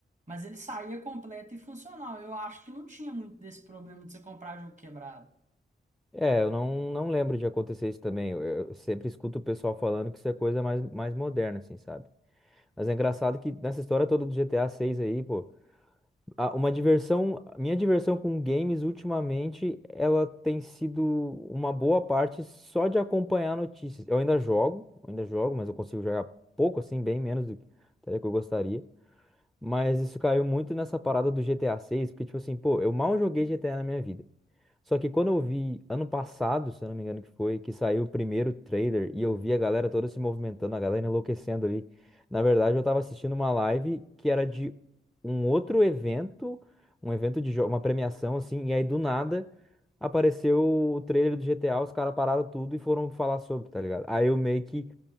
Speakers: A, on the right; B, in the centre.
A: Mas ele saía completo e funcional. Eu acho que não tinha muito desse problema de você comprar jogo quebrado.
B: É, eu não, não lembro de acontecer isso também. Eu, eu sempre escuto o pessoal falando que isso é coisa mais, mais moderna, assim, sabe? Mas é engraçado que nessa história toda do GTA 6 aí, pô, a- uma diversão, minha diversão com games ultimamente, ela tem sido uma boa parte só de acompanhar notícias. Eu ainda jogo, eu ainda jogo, mas eu consigo jogar pouco, assim, bem menos do que até que eu gostaria. Mas isso caiu muito nessa parada do GTA 6, porque, tipo assim, pô, eu mal joguei GTA na minha vida. Só que quando eu vi ano passado, se eu não me engano que foi, que saiu o primeiro trailer e eu vi a galera toda se movimentando, a galera enlouquecendo ali. Na verdade, eu tava assistindo uma live que era de um outro evento, um evento de jo- uma premiação assim, e aí do nada apareceu o trailer do GTA, os caras pararam tudo e foram falar sobre, tá ligado? Aí eu meio que